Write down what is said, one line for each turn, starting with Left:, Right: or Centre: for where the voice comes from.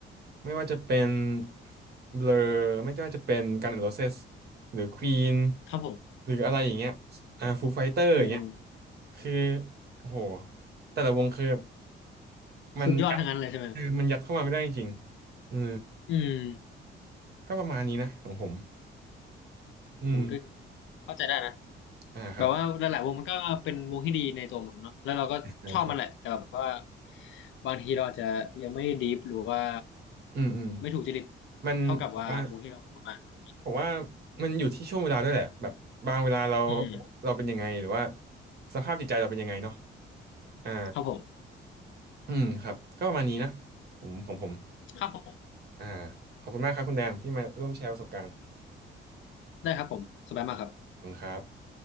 Right: ไม่ว่าจะเป็นเบลอไม่ว่าจะเป็นกัน n อน์โรเซสหรือควีน
Left: ครับผม
Right: หรืออะไรอย่างเงี้ยอ่าฟูไฟเตอร์อย่างเงี้ย
Left: อืม
Right: คือโอ้โหแต่ละวงคือมันยัด
Left: สุดยอดทั้งนั้นเลยใช่ไหมครับ
Right: เออมันยัดเข้ามาไม่ได้จริงๆเออ
Left: อืม
Right: ก็ประมาณนี้นะของผมอืม
Left: ผมก็เข้าใจได้นะ
Right: อ่าครับ
Left: แบบว่าหลายๆวงมันก็เป็นวงที่ดีในตัวมันเนาะแล้วเราก็ชอบมันแหละแต่แบบว่า
Right: ใช่ใช่
Left: บางทีเราอาจจะยังไม่ดีฟหรือว่า
Right: อืมอืม
Left: ไม่ถูกจริต
Right: มันผมว่า
Left: เท่ากับว่าวงที่เราพูดมาอะไรอย่างนี้
Right: ผมว่ามันอยู่ที่ช่วงเวลาด้วยแหละแบบบางเวลาเรา
Left: อืม
Right: เราเป็นยังไงหรือว่าสภาพจิตใจเราเป็นยังไงเนาะอ่า
Left: ครับผม
Right: อืมครับก็ประมาณนี้นะผมผมผม
Left: ครับผม
Right: อ่าขอบคุณมากครับคุณแดนที่มาร่วมแชร์ประสบการณ์
Left: ได้ครับผมสบายมากครับ
Right: ขอบคุณครับ